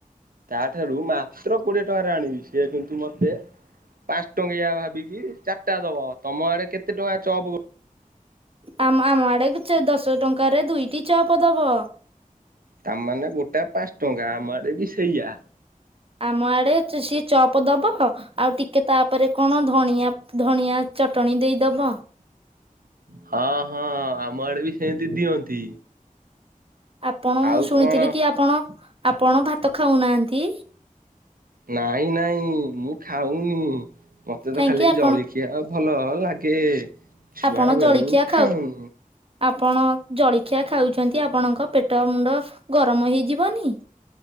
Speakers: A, on the right (about 85°); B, on the right (about 40°).
A: ତା ଠାରୁ ମାତ୍ର କୋଡିଏ ଟଙ୍କାରେ ଆଣିବି ସି କିନ୍ତୁ ମତେ ପାଞ୍ଚ ଟଙ୍କାଇଆ ଭାବିକି ଚାରିଟା ଦବ ତମ ଆଡେ କେତେ ଟଙ୍କା ଚପ
B: ଆମ ଆମ ଆଡେ ଦଶ ଟଙ୍କାରେ ଦୁଇଟି ଉଚ୍ଚ ପଦବ
A: ତାମାନେ ଗୋଟା ପାଞ୍ଚ ଟଙ୍କା ମାଡ଼େ ବି ସେଇଆ
B: ଆମ ଆଡେ ସିଏ ଚପ ଦବ ଆଉ ଟିକେ ତାପରେ କଣ ଧଣିଆ ଧଣିଆ ଚଟଣି ଦେଇଦବ
A: ହଁ ହଁ ଆମ ଆଡେ ବି ସେମିତି ଦିଅନ୍ତି
B: ଆପଣ ମୁଁ
A: ଆଉ
B: ଶୁଣିଥିଲି
A: କଣ
B: କି ଆପଣ ଆପଣ ଭାତ ଖାଉନାହାନ୍ତି
A: ନାଇଁ ନାଇଁ ମୁଁ ଖାଉନି ମତେ
B: କାହିଁକି
A: ତ ଖାଲି
B: ଆପଣ
A: ଜଳଖିଆ ଆଉ ଭଲ ଲାଗେ ଛୁଆ
B: ଆପଣ
A: ବେଳୁ
B: ଜଳଖିଆ
A: ଖାଉନୁ
B: ଖାଉ ଆପଣ ଜଳଖିଆ ଖାଉଛନ୍ତି ଆପଣଙ୍କ ପେଟ ହଟ ମୁଣ୍ଡ ଗରମ ହେଇଯିବନି